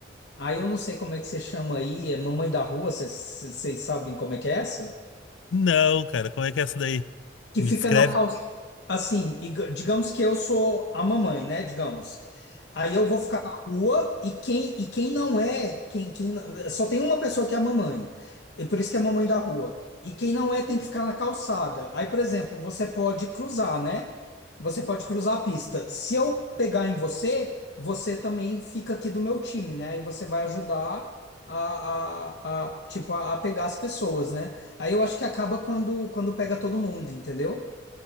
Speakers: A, on the left; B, on the left.
A: Aí eu não sei como é que você chama aí, é mamãe da rua, vocês vocês sabem como é que é essa?
B: Não, cara, como é que é essa daí?
A: que
B: Me
A: fica
B: descreve.
A: na calça. Assim, ig- digamos que eu sou a mamãe, né? Digamos. Aí eu vou ficar na rua e quem, e quem não é, quem, quem não- só tem uma pessoa que é a mamãe. E por isso que é a mamãe da rua. E quem não é tem que ficar na calçada. Aí, por exemplo, você pode cruzar, né? Você pode cruzar a pista. Se eu pegar em você, você também fica aqui do meu time, né? Aí você vai ajudar a, a, a, tipo, a a pegar as pessoas, né? Aí eu acho que acaba quando, quando pega todo mundo, entendeu?